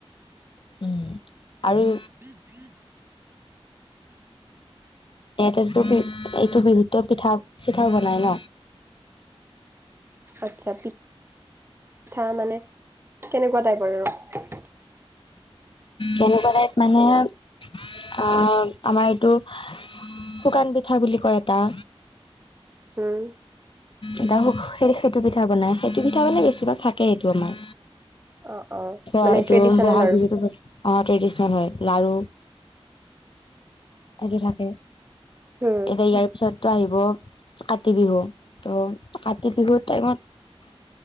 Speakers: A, on the left; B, on the right.
A: উম আৰু
B: <inaudible>
A: এনেইটো এইটো বিহুতে পিঠা চিঠা বনাই ন
B: আচ্ছা পিঠা মানে কেনেকুৱা টাইপৰ আৰু?
A: কেনেকুৱা ঠাইপ মানে আ আমাৰ এইটো শুকান পিঠা বুলি কয় এটা
B: উম
A: এটা শু সেইটো পিঠা বনাই সেইটো পিঠা মানে বেছিভাগ থাকেই এইটো আমাৰ
B: অ
A: অ
B: মানে
A: এইটো
B: ট্ৰেডিচনেল
A: বহাগ
B: আৰু
A: বিহুত অ ট্ৰেডিচনেল হয় লাৰু, আদি থাকে।
B: উম
A: এতিয়া ইয়াৰ পিছতো আহিব কাতি বিহু। ত' কাতি বিহুৰ টাইমত